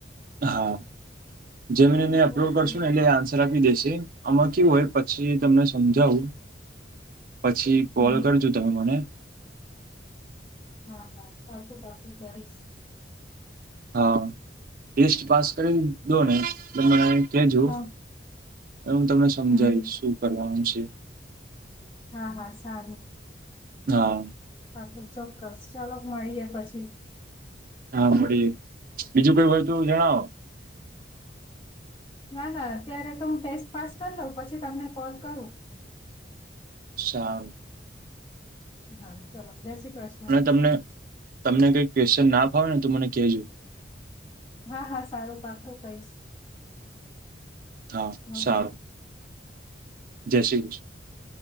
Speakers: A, on the right; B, on the left.
A: હા જે મી નાઈ અપલોડ
B: ઓકે
A: કરશું ને એટલે આનશર આપી દેશે આમાં કેવું હોય પછી તમને સમજાવું પછી કોલ
B: હમ
A: કરજો તમે મને
B: હા હા પાક્કું પાક્કું કરીશ
A: હા ટેસ્ટ પાસ કરી દો નેએટલે મને કેજો
B: હા
A: એ હું તમને સમજાઈશ
B: હમ
A: શું કરવાનું છે.
B: હા હા સારું.
A: હા...
B: પાક્કું ચોક્કસ ચાલો મળીએે પછી.
A: હા મળીએ બીજું કઈ હોય તો જણાવો.
B: ના ના અત્યારે તો હું ટેસ્ટ પાસ કરી લઉં પછી તમને કોલ કરું.
A: સારું...
B: હા ચલો જય શ્રી કૃષ્ણ.
A: અને તમને તમને કઈ ક્વેશ્ચન ના ફાવે ને તો મને કહેજો.
B: હા હા સારું પાકું કઈશ.
A: હા
B: ઓકે
A: સારું. જય શ્રી કૃષ્ણ.